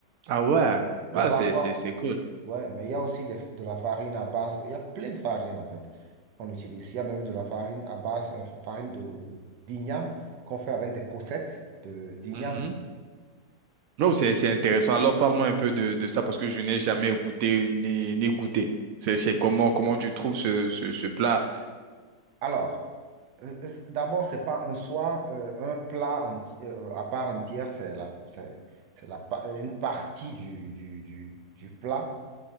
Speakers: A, on the right; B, on the right.
A: Ah ouais.
B: Mais
A: Ah,
B: parfois,
A: c'est, c'est, c'est cool.
B: Ouais, mais il y a aussi des- de la farine à base, il y a plein de farines en fait qu'on utilise. Il y a même de la farine à base, euh, farine de d'igname qu'on fait avec des cossettes de d'igname.
A: Mhm. Non, c'est, c'est intéressant. Alors, parle-moi un peu de, de ça parce que je n'ai jamais écouté ni, ni goûté. C'est c'est comment, comment tu trouves ce, ce, ce plat?
B: Alors, euh, euh, c- d'abord, c'est pas un soi, euh, un plat enti- euh, euh, à part entière, c'est la, c'est, c'est la, pa- euh, une partie du, du, du, du plat.